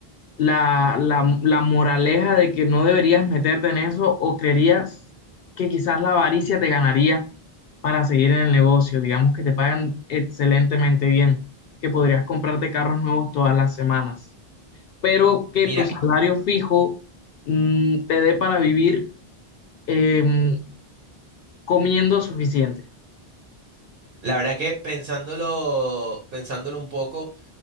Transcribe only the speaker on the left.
la, la- la moraleja de que no deberías meterte en eso o creerías que quizás la avaricia te ganaría para seguir en el negocio? Digamos que te pagan excelentemente bien, que podrías comprarte carros nuevos todas las semanas, pero que
tu salario fijo mm, te dé para vivir em, comiendo suficiente.